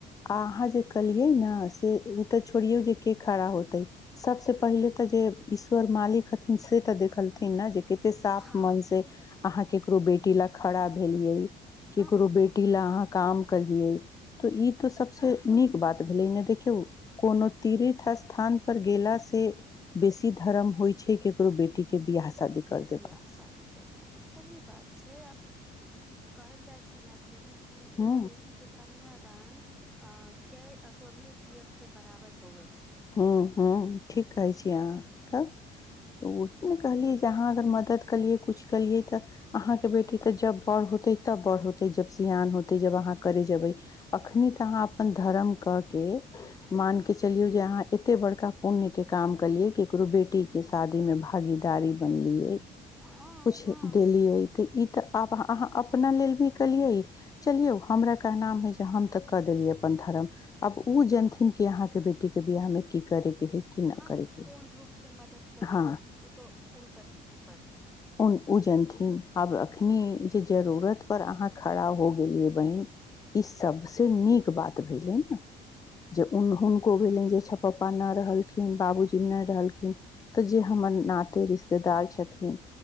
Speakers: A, on the left (about 20°); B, in the centre.
A: आ अहाँ जे कलियै ने से उ तऽ छोड़ियौ जे के खड़ा होतय सबसे पहले तऽ जे ईश्वर मालिक हथि से तऽ देखलथिन
B: हँ
A: जे कते साफ मन से अहाँ केकरो बेटी लेल खड़ा भेलियै
B: हँ
A: ककरो बेटी ला अहाँ काम कलिये तो ई तो सबसे नीक बात भेलै ने देखियौ कोनो तीर्थ स्थान पर गेला से बेसी धर्म होइ छै केकरो बेटी के बियाह शादी कर
B: बिआह
A: देबल
B: शादी कर देना सही बात छै अब कहल जाय छै ने दीदी कि
A: ह
B: एगो बेटी के कन्या दान कऽ अस्वमेघ यज्ञ के बराबर होबै
A: ह ह ठीक कहै छी अहाँ तब तऽ ओही ने कहलियै जे अहाँ अगर मदद कलियै कुछ केलियै तऽ अहाँ के बेटी तऽ जब बड़ होते तब बड़ होते जब सियान होते जब अहाँ करे जेबै अखनी तऽ अहाँ अपन धर्म कऽ के मानके चलियौ जे अहाँ एते बड़का पुण्य के काम कलिये केकरो बेटी के शादी में भागी दारी बनलिय
B: हँ
A: कुछ
B: हँ
A: देलिय तऽ ई तऽ आब अहाँ अपना लेल भी केलियै चलियौ हमरा कहना है जे हम तऽ कऽ देलियै अपन धर्म आब ओ जनथिन कि अहाँके बेटीके बिआहमे की करे के है की
B: हँ
A: न करे के
B: कोन
A: है।
B: रूप से मदद करे
A: हँ
B: ओ तो उनकर ऊपर
A: उन ओ
B: छै
A: जनथिन आब एखनि
B: हँ
A: जे जरूरत पर अहाँ खड़ा हो गेलियै बहिन ई सबसे नीक बात भेलै ने जे उन हुनको भेलनि जे छ पापा नहि रहलखिन बाबूजी नहि रहलखिन तऽ जे हमर नाते रिश्तेदार छथिन